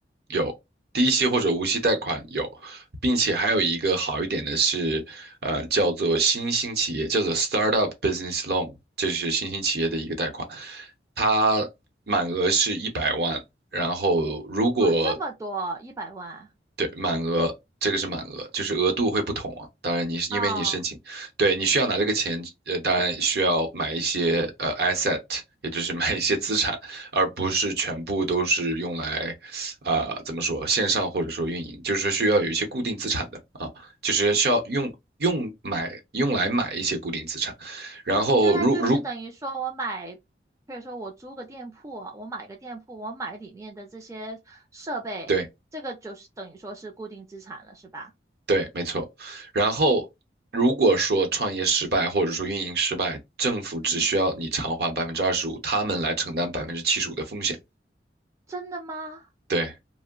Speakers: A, on the right (about 60°); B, on the right (about 15°).
A: 有低息或者无息贷款有，并且还有一个好一点的是，呃，叫做新兴企业，叫做 startup business loan，这是新兴企业的一个贷款，它满额是一百万。然后，如果
B: 哇，这么多，一百万。
A: 对，满额，这个是满额，就是额度会不同啊。当然你，是因为你申请，
B: 哦，
A: 对，你需要拿这个钱，呃，当然需要买一些呃 asset，也就是买一些资产，而不是全部都是用来，啊、怎么说，线上或者说运营，就是需要有一些固定资产的啊，就是需要用用买用来买一些固定资产，然后如如。
B: 就那就是等于说我买，比如说我租个店铺啊我买个店铺，我买里面的这些设备，
A: 对，
B: 这个就是等于说是固定资产了，是吧？
A: 对，没错。然后，如果说创业失败或者说运营失败，政府只需要你偿还百分之二十五，
B: 嗯，
A: 他们来承担百分之七十五的风险。
B: 真的吗？
A: 对